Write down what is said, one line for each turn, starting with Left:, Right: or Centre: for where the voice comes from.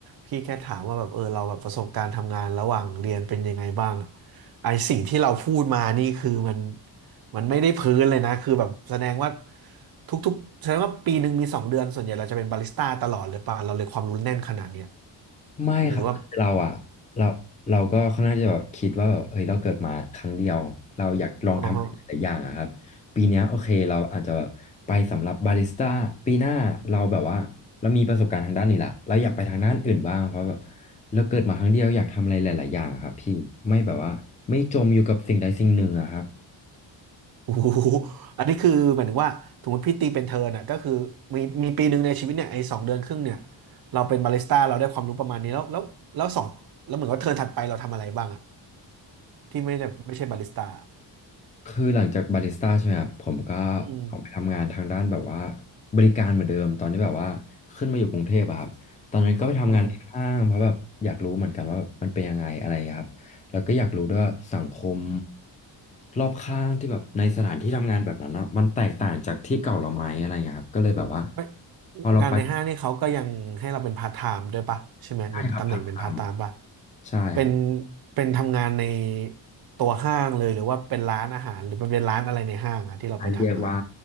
Right: พี่แค่ถามว่าแบบเออเราแบบประสบการณ์ทำงานระหว่างเรียนเป็นยังไงบ้างอะไอสิ่งที่เราพูดมานี่คือมันมันไม่ได้พื้นเลยนะคือแบบแสดงว่าทุกๆแสดงว่าปีหนึ่งมีสองเดือนส่วนใหญ่เราจะเป็นบาริสต้าตลอดเลยป่ะเราเลยความรู้แน่นขนาดเนี้ย
Left: ไม่ครับคือเราอ่ะเราเราก็ค่อนข้างจะแบบคิดว่าแบบเอ้ยเราเกิดมาครั้งเดียวเราอยากลองทำหลายๆอย่างอะครับปีเนี้ยโอเคเราอาจจะแบบไปสำหรับบาริสต้าปีหน้าเราแบบว่าเรามีประสบการณ์ทางด้านนี้ละเราอยากไปทางด้านอื่นบ้างเพราะแบบ
Right: หรือว่าอ๋อ
Left: เราเกิดมาครั้งเดียวอยากทำอะไรหลายๆอย่างอะครับพี่ไม่แบบว่าไม่จมอยู่กับสิ่งใดสิ่งหนึ่งอะครับ
Right: โอ้โหอันนี้คือหมายถึงว่าสมมติพี่ตีเป็นเทิร์นอ่ะก็คือมีมีปีหนึ่งในชีวิตเนี่ยไอ้สองเดือนครึ่งเนี่ยเราเป็นบาริสต้าเราได้ความรู้ประมาณนี้แล้วแล้วแล้วสองแล้วเหมือนว่าเทิร์นถัดไปเราทำอะไรบ้างอ่ะที่ไม่ได้ไม่ใช่บาริสต้า
Left: คือหลังจากบาริสต้าใช่ไหมครับผมก็
Right: อืม
Left: ออกไปทำงานทางด้านแบบว่าบริการเหมือนเดิมตอนที่แบบว่าขึ้นมาอยู่กรุงเทพอะครับตอนนั้นก็ไปทำงานในห้างเพราะแบบอยากรู้เหมือนกันว่ามันเป็นยังไงอะไรอย่างเงี้ยครับแล้วก็อยากรู้ด้วยว่าสังคม
Right: อืม
Left: รอบข้างที่แบบในสถานที่ทำงานแบบนั้นนะมันแตกต่างจากที่เก่าเราไหมอะไรอย่างเงี้ยครับก็เลยแบบว่า
Right: ไม่
Left: พอเราไป
Right: งานในห้างนี่เขาก็ยังให้เราเป็นพาร์ทไทม์ด้วยปะใช่ไหมเหมือนตำแหน่งเป็นพาร์ทไทม์ปะ
Left: ใช่ครับพาร์ทไทม์ใช่ครับ
Right: เป็นเป็นทำงานในตัวห้างเลยหรือว่าเป็นร้านอาหารหรือเป็นร้านอะไรในห้างอะที่เราไปทำอะครับ
Left: อันเรียกว่า